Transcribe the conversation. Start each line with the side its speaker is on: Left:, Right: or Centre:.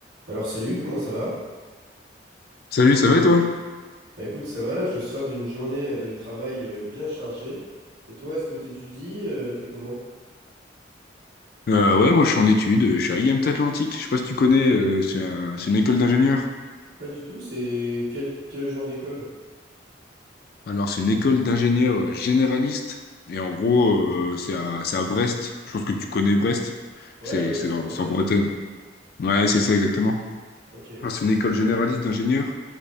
Right: Alors salut, comment ça va?
Left: Salut, ça va et toi?
Right: Bah, écoute, ça va là, je sors d'une journée euh, de travail euh, bien chargée. Et toi, est-ce que t'étudies? euh, t'es comment?
Left: Euh, ouais, moi je suis en études, euh, je suis à IMT Atlantique, je sais pas si tu connais, euh, c'est un- c'est une école d'ingénieurs.
Right: Pas du tout, c'est quel, quel genre d'école?
Left: Alors c'est une école d'ingénieurs euh, généralistes, et en gros euh, c'est à, c'est à Brest, je pense que tu connais Brest,
Right: Ouais,
Left: c'est
Right: ouais, ouais,
Left: c'est
Right: c'est
Left: dans-
Right: en Bretagne.
Left: c'est en Bretagne. Ouais, c'est ça exactement.
Right: Ok.
Left: Alors, C'est une école généraliste d'ingénieurs,